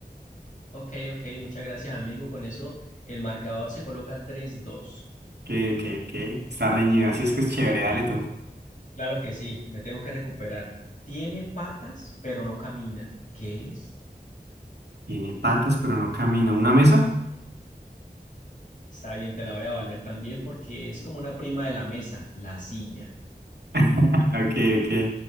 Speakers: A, on the left (about 50°); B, on the right (about 85°).
A: Ok, ok. Muchas gracias, amigo. Con eso, el marcador se coloca tres dos.
B: Que,
A: Mu-
B: que, que está reñido, así es que es chévere, dale tú.
A: Claro que sí, me tengo que recuperar. Tiene patas, pero no camina. ¿Qué es?
B: Tiene patas, pero no camina. ¿Una mesa?
A: Está bien, te la voy a valer también porque es como una prima de la mesa, la silla.
B: <laughs> Ok, ok.